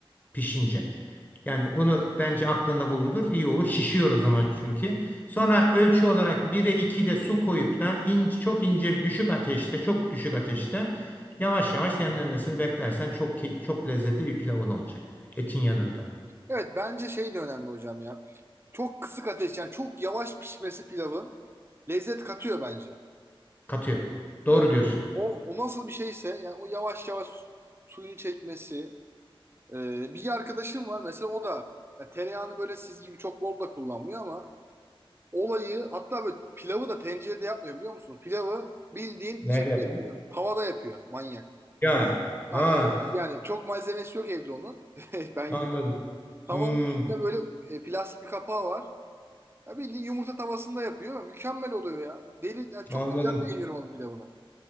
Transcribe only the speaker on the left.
pişince. Yani bunu bence aklında bulundur. İyi olur. Şişiyor o zaman çünkü. Sonra ölçü olarak 1'e 2 de su koyup da in- çok ince düşük ateşte, çok düşük ateşte yavaş yavaş demlenmesini beklersen çok key- çok lezzetli bir pilavın olacak. Etin yanında.
Katıyor. Doğru
diyorsun.
Nerede
yapıyorsun?
Ya,
ha,
anladım.
Hmm,
anladım.